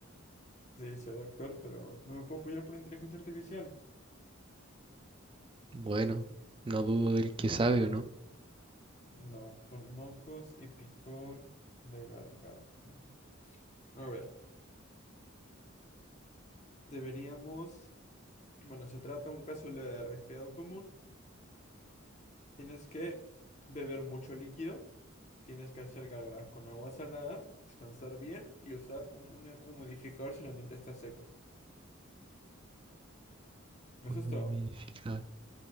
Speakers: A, on the left; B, on the right.
A: Sí, soy doctor, pero no me puedo apoyar por inteligencia artificial.
B: Bueno, no dudo del que sabe o no.
A: No, con mocos y picor de garganta. A ver, deberíamos... Bueno, se trata de un caso de resfriado común. Tienes que beber mucho líquido. Tienes que hacer gárgaras con agua salada, descansar bien y usar un, un humidificador si el ambiente está seco. Eso
B: Un
A: es
B: humidificador.
A: todo.